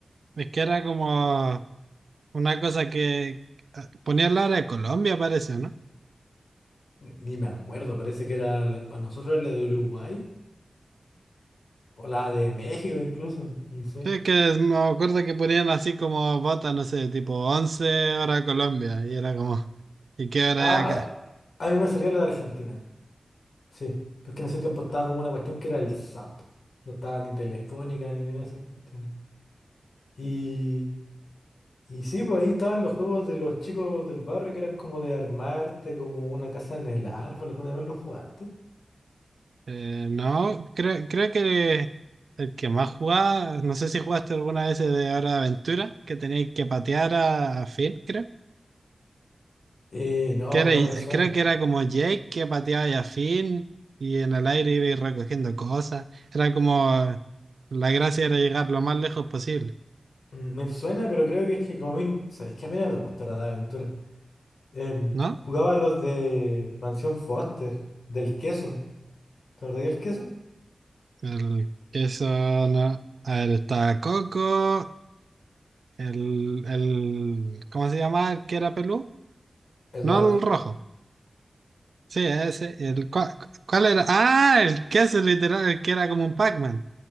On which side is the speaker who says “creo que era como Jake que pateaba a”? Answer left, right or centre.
Right